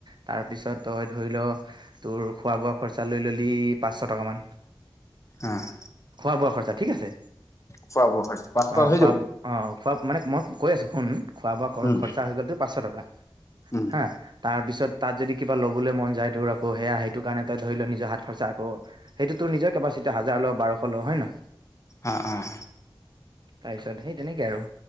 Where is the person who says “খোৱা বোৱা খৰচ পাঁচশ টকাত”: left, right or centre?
Left